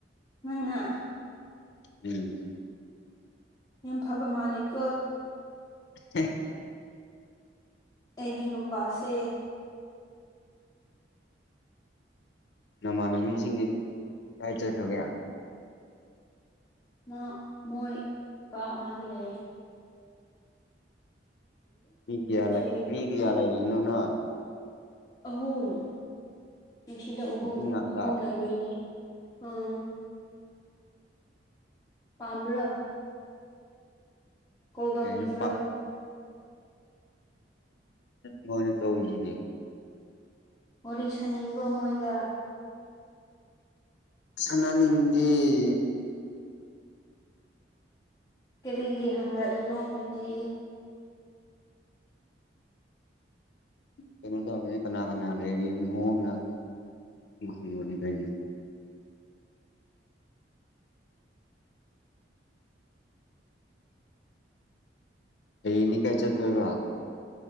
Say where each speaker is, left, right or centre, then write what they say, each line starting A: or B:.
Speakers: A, on the left (about 20°); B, on the left (about 70°).
A: ꯅꯪꯅ
B: ꯎꯝ
A: ꯌꯦꯝ ꯐꯥꯕ ꯃꯥꯂꯤꯛ
B: ꯎ
A: ꯑꯩꯒꯤ ꯅꯨꯄꯥꯁꯦ
B: ꯅꯃꯥꯟꯅꯕꯤ ꯁꯤꯡꯗꯤ ꯀꯥꯢ ꯆꯠꯈꯔꯀꯦ
A: ꯃꯥ ꯃꯣꯏ ꯀꯥ ꯑꯃꯗ ꯂꯩꯔꯦ
B: ꯃꯤ ꯀꯌꯥ
A: ꯁꯤ
B: ꯂꯩ ꯃꯤ ꯀꯌꯥ ꯂꯩꯔꯤꯅꯣ ꯅꯣꯏ
A: ꯑꯍꯨꯝ ꯉꯁꯤꯗꯣ ꯑꯍꯨꯝ
B: ꯅꯨꯄꯤ ꯉꯥꯛꯇ
A: ꯑꯍꯨꯝ ꯂꯩꯗꯣꯏꯅꯤ ꯑꯝ ꯄꯝꯕꯔꯣ ꯀꯣꯜ ꯇꯧꯅꯤꯡꯕ꯭ꯔꯣ
B: ꯀꯩꯅꯣ ꯃꯅꯤ ꯇꯧꯖꯤꯗ <unintelligible>
A: ꯋꯥꯔꯤ ꯁꯥꯅꯤꯡꯕ꯭ꯔꯣ ꯃꯣꯏꯒ
B: ꯁꯥꯟꯅꯅꯤꯡꯒꯤꯦ
A: ꯀꯔꯤꯒꯤ ꯍꯪꯂꯛꯏꯅꯣ ꯑꯗꯨꯗꯤ
B: ꯀꯩꯅꯣ ꯀꯅꯥ ꯀꯅꯥ ꯂꯩꯔꯤꯅ ꯃꯍ ꯍꯪꯕꯣꯅꯤ ꯀꯥꯏꯅꯤ ꯑꯩꯅꯤ ꯀꯥꯏ ꯆꯦ ꯇꯥꯏꯕ